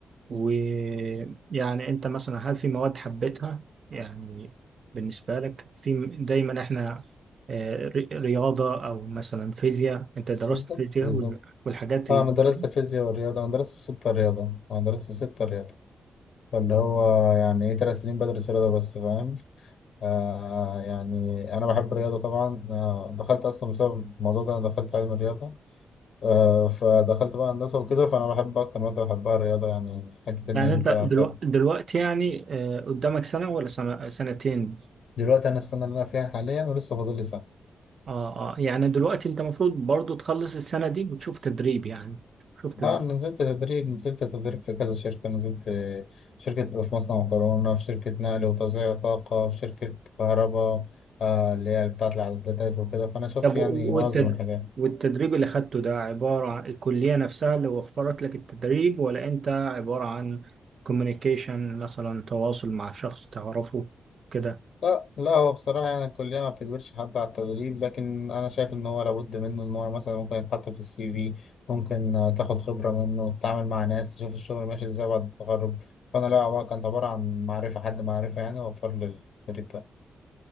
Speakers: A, on the right (about 50°); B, on the left (about 70°).
A: ويعني انت مثلا هل في مواد حبيتها يعني بالنسبة لك في م- دايما احنا آه، ري- رياضة او مثلا فيزياء انت درست
B: بالظبط
A: فيزياء
B: بالظبط
A: وال- والحاجات اللي
B: آه أنا
A: زي
B: درست
A: كده
B: فيزياء ورياضة أنا درست ستة رياضة أنا درست ستة رياضة فاللي هو يعني إيه تلات سنين بدرس رياضة بس فاهم آه يعني أنا بحب الرياضة طبعا آه دخلت أصلا بسبب الموضوع ده أنا دخلت علم الرياضة آه، فدخلت بقى هندسة وكده فأنا بحب أكتر مادة بحبها الرياضة يعني حتة إن
A: يعني
B: أنت
A: انت دلوقتي,
B: ب-
A: دلوقتي يعني آه، قدامك سنة ولا سنة سنتين
B: دلوقتي أنا السنة اللي أنا فيها حاليا ولسه فاضل لي سنة
A: اه اه يعني دلوقتي انت المفروض برضو تخلص السنة دي وتشوف تدريب يعني تشوف تدريب
B: أه نزلت تدريب نزلت تدريب في كذا شركة نزلت آه، شركة في مصنع مكرونة في شركة نقل وتوزيع طاقة في شركة كهرباء آه، اللي هي بتاعة الإعدادات وكده فأنا شفت
A: طب
B: يعني
A: والتد...
B: معظم الحاجات
A: والتدريب اللي خدته ده عبارة عن الكلية نفسها اللي وفرت لك التدريب ولا أنت عبارة عن كوميونيكيشن مثلا تواصل مع شخص تعرفه كده
B: لا لا هو بصراحة يعني الكلية ما بتجبرش حد على التدريب لكن أنا شايف إن هو لابد منه إن هو مثلا ممكن يتحط في السي في ممكن آه، تاخد خبرة منه تتعامل مع ناس تشوف الشغل ماشي إزاي بعد التخرج فأنا لا عبارة كانت عبارة عن معرفة حد معرفة يعني وفر لي التدريب ده